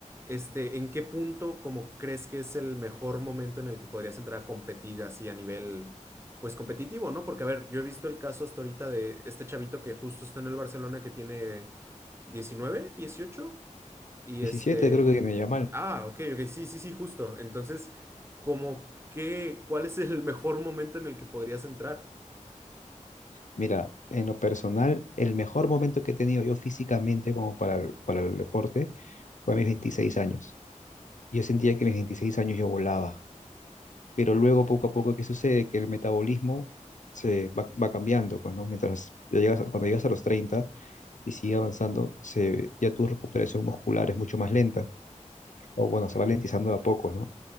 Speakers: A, on the right; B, on the left.
A: este, ¿en qué punto como crees que es el mejor momento en el que podrías entrar a competir así a nivel, pues competitivo, ¿no? Porque a ver, yo he visto el caso hasta ahorita de este chavito que justo está en el Barcelona que tiene 19, 18 y
B: 17,
A: este,
B: creo que tiene ya
A: ah, ok, ok, sí, sí, sí, justo. Entonces, como que, ¿cuál es el mejor momento en el que podrías entrar?
B: Mira, en lo personal, el mejor momento que he tenido yo físicamente como para el, para el deporte fue a mis 26 años. Yo sentía que a mis 26 años yo volaba, pero luego poco a poco, ¿qué sucede? Que el metabolismo se va, va cambiando, pues, ¿no? Mientras ya llegas, a- cuando llegas a los 30 y sigue avanzando, se, ya tu recuperación muscular es mucho más lenta, o bueno, se va lentizando de a poco, ¿no?